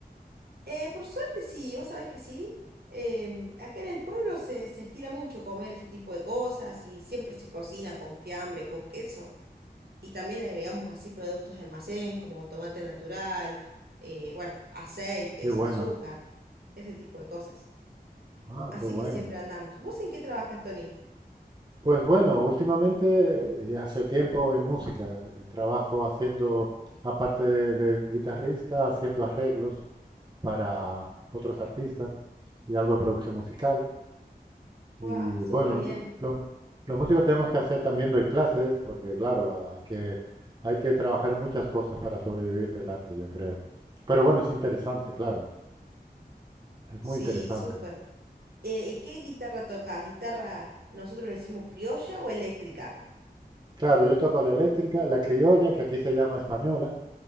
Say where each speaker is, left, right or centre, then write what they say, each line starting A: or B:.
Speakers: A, on the right; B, on the right.
A: Eh, por suerte sí, vos sabés que sí. Em, acá en el pueblo se, se estila mucho comer ese tipo de cosas y siempre se cocina con fiambre, con queso. Y también le agregamos así productos de almacén como tomate natural, eh, bueno, aceites,
B: Qué bueno.
A: azúcar, ese tipo de cosas.
B: Ah,
A: Así
B: qué bueno.
A: que siempre andamos. ¿Vos en qué trabajas, Tony?
B: Pues bueno, últimamente, eh, hace tiempo en música, eh, trabajo haciendo, aparte de, de guitarrista, haciendo arreglos para otros artistas y algo de producción musical. Y
A: ¡Guau! Súper
B: bueno,
A: bien.
B: lo- los músicos tenemos que hacer también doy clases, porque claro, hay que, hay que trabajar en muchas cosas para sobrevivir del arte, yo creo. Pero bueno, es interesante, claro, es
A: Sí,
B: muy interesante.
A: súper. Eh, ¿y qué guitarra tocas? ¿Guitarra, nosotros le decimos criolla o eléctrica?
B: Claro, yo toco la eléctrica, la criolla, que aquí se llama española,